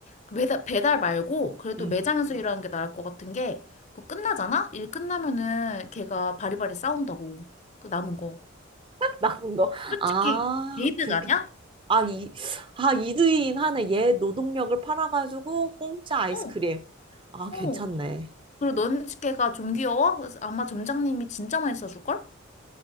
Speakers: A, on the left; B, on the right.
A: 그 배달, 배달 말고 그래도
B: 응.
A: 매장에서 음. 일하는 게 나을 것 같은 게 그거 끝나잖아? 일 끝나면은 걔가 바리바리 싸운다고. 그 남은 거.
B: 나쁜 거.
A: 솔직히
B: 아,
A: 게이득
B: 그렇게.
A: 아니야?
B: 아, 이, 아, 이두인 하네. 얘 노동력을 팔아가지고 공짜 아이스크림.
A: 어,
B: 아, 괜찮네.
A: 어. 그리고 너는 걔가 좀 귀여워? 그래서 아마 점장님이 진짜 많이 써줄걸?